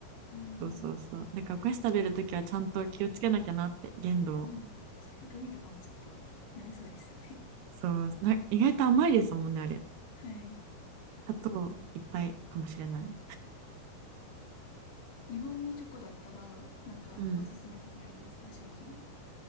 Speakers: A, on the left; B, on the right.
A: うん。
B: そうそうそう。なんかお菓子食べるときはちゃんと気をつけなきゃなって、限度を。
A: うん。確かにグミとかもちょっとなりそうですよね。
B: そう、な、意外と甘いですもんね、あれ。
A: <laughs> はい。
B: 砂糖いっぱいかもしれない。
A: 日本のチョコだったら、なんかおすすめとかありますか商品で。
B: うん。